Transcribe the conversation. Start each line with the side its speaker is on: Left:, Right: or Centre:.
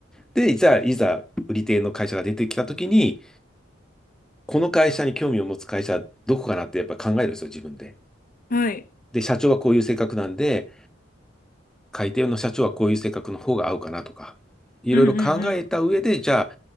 Centre: で、じゃあ、いざ売り手の会社が出てきたときに、この会社に興味を持つ会社、どこかなってやっぱ考えるんですよ、自分で。
Left: はい。
Centre: で、社長はこういう性格なんで、改定の社長はこういう性格の方が合うかなとか。いろいろ考えた上で、
Left: うんうん
Centre: じゃあ、